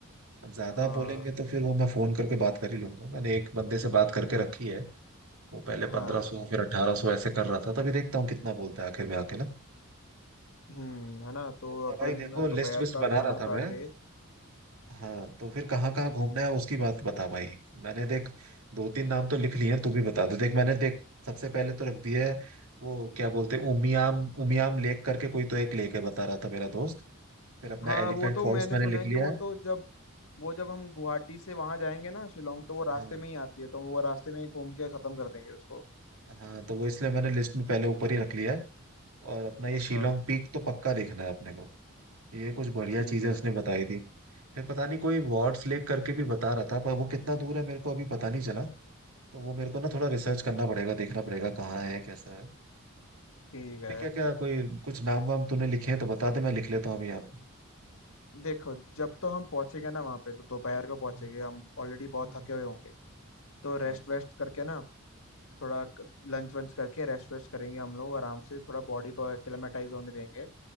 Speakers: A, on the right (about 80°); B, on the left (about 70°).
A: अब ज्यादा
B: हाँ
A: बोलेंगे तो फिर वो मैं फोन करके बात कर ही लूंगा मैंने एक बंदे से बात करके रखी है वो पहले
B: हाँ
A: पंद्रह सौ फिर अठारह सौ ऐसे कर रहा था तभी देखता हूँ कितना बोलता है आखिर में आके ना
B: हम्म है ना तो
A: अपना
B: अपन
A: भाई देखो लिस्ट
B: दोपहर
A: विस्ट
B: का
A: बना
B: खाना
A: रहा था
B: खा
A: मैं
B: के
A: हाँ तो फिर कहाँ कहाँ घूमना है उसकी बात बता भाई मैंने देख दो तीन नाम तो लिख लिए हैं तू भी बता दे देख मैंने देख सबसे पहले तो रख दिया है वो क्या बोलते हैं उमियाम उमियाम लेक करके कोई तो एक लेक है बता रहा था मेरा दोस्त फिर अपना
B: हाँ
A: एलिफेंट
B: वो तो
A: फॉल्स
B: मैंने
A: मैंने
B: सुना
A: लिख
B: है
A: लिया
B: कि वो
A: है
B: तो जब वो जब हम गुवाहाटी से वहां जाएंगे ना शिलोंग तो वो रास्ते
A: हाँ
B: में ही आती है तो वो रास्ते में ही घूम के खत्म कर देंगे उसको
A: हाँ तो वो इसलिए मैंने लिस्ट में पहले ऊपर ही रख लिया है और अपना
B: अच्छा
A: ये शिलोंग पीक तो पक्का देखना है अपने को ये कुछ बढ़िया
B: ठीक
A: चीजें
B: है
A: उसने बताई थी फिर पता नहीं कोई वार्ड्स लेक करके भी बता रहा था पर वो कितना दूर है मेरे को अभी पता नहीं चला तो वो मेरे को ना थोड़ा रिसर्च करना पड़ेगा देखना पड़ेगा कहाँ है कैसा है
B: ठीक है
A: तूने क्या क्या कोई कुछ नाम वाम तूने लिखे हैं तो बता दे मैं लिख लेता हूँ अभी यहाँ पे
B: देखो जब तो हम पहुंचेंगे ना वहां पे तो दोपहर को पहुंचेंगे
A: हम्म,
B: हम ऑलरेडी बहुत
A: हम्म,
B: थके हुए होंगे तो रेस्ट
A: हाँ
B: वेस्ट करके ना थोड़ा लंच वंच करके रेस्ट वेस्ट करेंगे हम लोग आराम से थोड़ा बॉडी को एक्लेमेटाइज होने देंगे